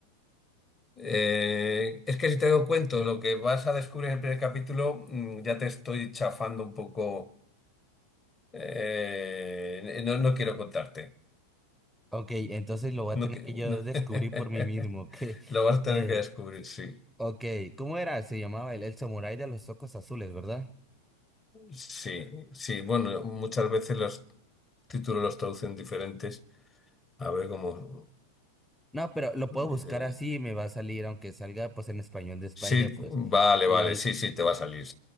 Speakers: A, on the left (about 20°); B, in the centre.
A: Eh, es que si te doy cuento lo que vas a descubrir en el primer capítulo, mm, ya te estoy chafando un poco. eh, no, no quiero contarte.
B: Ok, entonces lo voy
A: No,
B: a tener
A: qui-
B: que yo
A: no.
B: descubrir
A: <laughs>
B: por mí mismo, <laughs> que,
A: Lo vas a tener
B: eh,
A: que descubrir, sí.
B: ok, ¿cómo era? Se llamaba el, el samurái de los ojos azules, ¿verdad?
A: Sí, sí. Bueno, muchas veces los títulos los traducen diferentes. A ver cómo.
B: No, pero lo
A: eh,
B: puedo buscar así, me va a salir, aunque salga pues en español de España,
A: sí,
B: pues
A: vale,
B: ya,
A: vale, sí, sí, te va a salir.